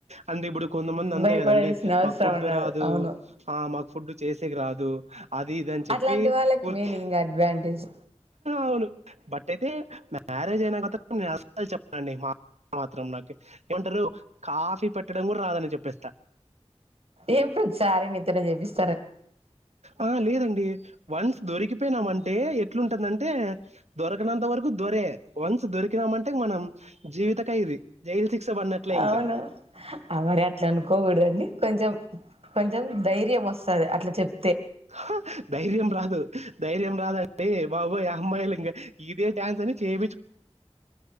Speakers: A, on the right; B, on the right.
A: అంటే ఇప్పుడు కొంతమంది అంతే
B: భయపడాల్సిన
A: కదండి
B: అవసరం
A: మాకు ఫుడ్డు
B: ఉండదు
A: రాదు
B: అవును
A: మాకు ఫుడ్ చేసేకి రాదు అది ఇది అని చెప్పి
B: అట్లాంటి వాళ్ళకి
A: ఊరికి
B: మేలు ఇంకా అడ్వాంటేజ్
A: అవును బట్ట అయితే మ్యారేజ్ అయినా క నేను చెప్పనండి మా మాత్రం నాకు ఏమంటారు కాఫీ పెట్టడం కూడా రాదని చెప్పేస్తా
B: ఏం ప్రతిసారి నతనే చెపిస్త
A: ఆ లేదండి వన్స్ దోరిీకి అపోయినాం అంటే ఎట్లుంటుందంటే దొర ఎనంత వరకు దొరే వన్స్ దొరికినామంటే మనం జీవితకై ఇది జైలు శిక్ష పడినట్లే ఇంకా
B: అవును ఆ మరి అట్లా అనుకోకూడదండి కొంచెం కొంచెం ధైర్యం వస్తది అట్లా చెప్
A: హ ధైర్యం రాదు ధైర్యం రాదంటే బాబోయ్ అమ్మాయిలులింగ ఇదే చాన్స్ అనీ చేపిచ్